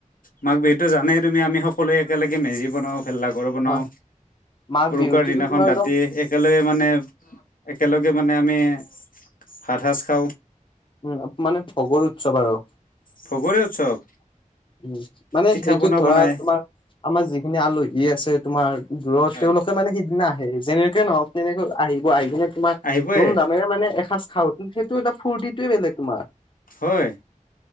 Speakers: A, on the left; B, on the left.
A: মাঘ বিহুতো জানেই তুমি আমি সকলোৱে একেলগে মেজি বনাওঁ, ভেলাঘৰ বনাওঁ,
B: হয় মাঘ
A: উৰুকাৰ
B: বিহুতোতো
A: দিনাখন
B: তোমাৰ একদম
A: ৰাতি এক একেলগে মানে একেলগে মানে আমি ভাত সাজ খাওঁ।
B: উ মানে ভোগৰ উৎসৱ আৰু।
A: ভগৰে উৎসৱ।
B: উম, মানে
A: পিঠা
B: সেইটোত
A: পনা
B: ধৰা
A: বনাই
B: তোমাৰ আমাৰ যিখিনি আলহী আছে তোমাৰ দূৰত
A: হয়
B: তেওঁলোকে মানে সিদিনা আহে যেনে কে নহক তেনেকৈ আহিব আহি কিনে তোমাক
A: আহিবয়ে
B: ধুম ধামেৰে মানে এসাঁজ খাওঁ, কিন্তু সেইটো এটা ফুৰ্তিটোয়ে বেলেগ তোমাৰ।
A: হয়,